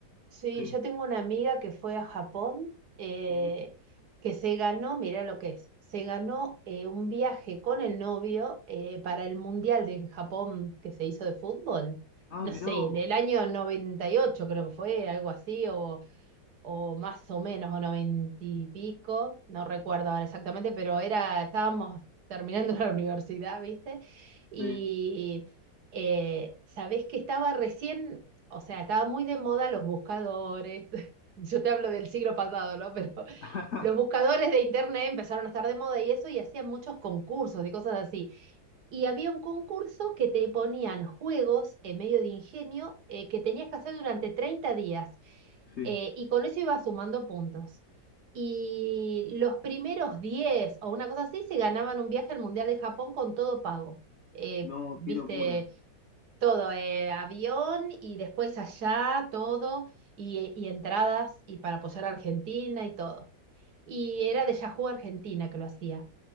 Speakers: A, on the right; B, on the left.
A: Sí,
B: Sí.
A: yo tengo una amiga que fue a Japón, eh,
B: Ujú.
A: que se ganó, mira lo que es, se ganó eh, un viaje con el novio eh, para el Mundial de Japón que se hizo de fútbol.
B: Ah,
A: No
B: mirá
A: sé,
B: vos.
A: el el año 98, creo que fue, algo así, o o más o menos, o noventa y pico, no recuerdo ahora exactamente, pero era, estábamos terminando <laughs> la universidad, ¿viste? Y
B: Sí.
A: eh, sabés que estaba recién, o sea, estaba muy de moda los buscadores. <laughs> Yo te hablo del siglo pasado, ¿no? Pero
B: <laughs>
A: los buscadores de internet empezaron a estar de moda y eso, y hacían muchos concursos y cosas así. Y había un concurso que te ponían juegos en medio de ingenio eh, que tenías que hacer durante 30 días.
B: Sí.
A: Eh, y con eso ibas sumando puntos. Y los primeros 10 o una cosa así se ganaban un viaje al Mundial de Japón con todo pago. Eh,
B: No,
A: viste,
B: qué locura.
A: todo, eh, avión y después allá, todo, y, y entradas y para apoyar a Argentina y todo. Y era de Yahoo Argentina que lo hacía.